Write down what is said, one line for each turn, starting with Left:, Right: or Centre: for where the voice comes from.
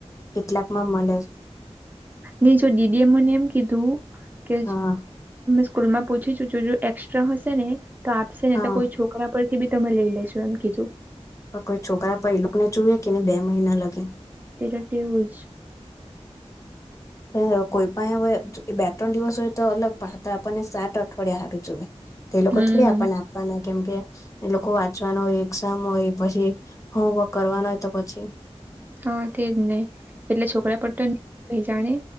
Left: કેટલાકમાં મલે જ.
Right: નહી જો દીદીએ મને એમ કીધું કે
Left: હા
Right: સ્કૂલમાં પૂછી તો જોજો. એસ્ટ્રા હશે ને તો આપશે
Left: હા
Right: ને તો કોઈ છોકરા પરથી બી તમે લઈ લેેશો, એમ કીધું.
Left: પણ કોઈ છોકરા પર એ લોકો ને જોઇએ કેને બે મહિના લગે.
Right: એટ ટેવું જ
Left: હ કોઈ પણ હવે બે ત્રણ દિવસ હોય તો અલગ પણ હતા તો આપણને સાત અઠવાડિયા હારું જોએ તે લોકો
Right: હમ
Left: થોડી આપણને આ પાના કેમકે એ લોકો વાંચવાનો હોય, એક્ઝામ હોય પછી હોમવર્ક કરવાનો તો પછી
Right: હા તેજ ને એટલે છોકરા પડતો કઈ જાણે